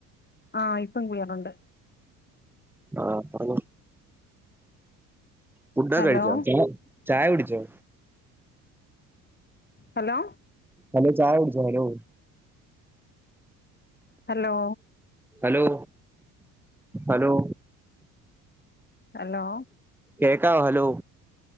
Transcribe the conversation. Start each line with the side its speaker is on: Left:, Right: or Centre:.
Left: ആ ഇപ്പം ക്ലിയറുണ്ട്
Centre: ആ പറഞ്ഞൊ ഫുഡൊക്കെ
Left: ഹലോ
Centre: കഴിച്ചോ ച ചായ കുടിച്ചോ?
Left: ഹലോ
Centre: ഹലോ ചായകുട്ചോ? Hello
Left: hello
Centre: hello hello
Left: hello
Centre: കേക്കാവോ? ഹലോ